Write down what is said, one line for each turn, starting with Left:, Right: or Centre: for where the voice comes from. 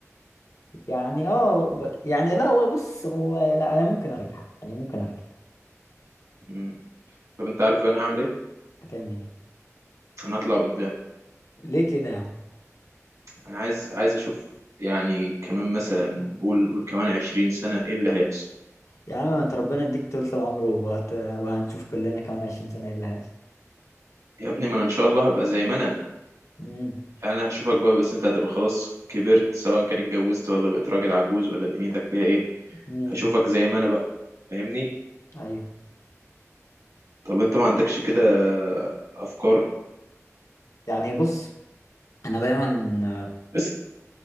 Left: يعني اه يعني لا هو بص هو لا انا ممكن ارجع يعني ممكن ارجع
Right: امم طب انت عارف انا هعمل ايه
Left: هتعمل ايه
Right: انا هطلع قدام
Left: ليه كده يا عم
Right: انا عايز عايز اشوف يعني كمان مثلا قول قول كمان عشرين سنة ايه اللي هيحصل
Left: يا عم ما انت ربنا يديك طولة العمر وهت... وهنشوف كلنا كمان 20 سنة ايه اللي هيحصل
Right: يا ابني ما انا ان شاء الله هبقى زي ما انا
Left: امم
Right: يعني انا هشوفك بقى بس انت هتبقى خلاص كبرت سواء كان اتجوزت ولا بقيت راجل عجوز ولا دنيتك فيها ايه
Left: امم
Right: هشوفك زي ما انا بقى فاهمني
Left: ايوه
Right: طب انت ما عندكش كده افكار
Left: يعني بص انا دايما
Right: اس